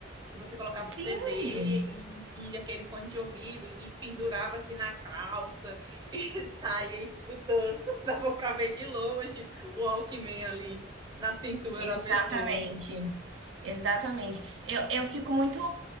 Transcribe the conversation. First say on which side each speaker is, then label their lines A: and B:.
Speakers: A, on the right (about 20°); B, on the right (about 70°).
A: Que você colocava
B: Sim,
A: o CD e, e aquele fone de ouvido e pendurava aqui na calça e <laughs> saía escutando. <laughs> Dava pra ver de longe o Walkman ali na cintura
B: exatamente.
A: da pessoa.
B: Exatamente. Eu, eu fico muito,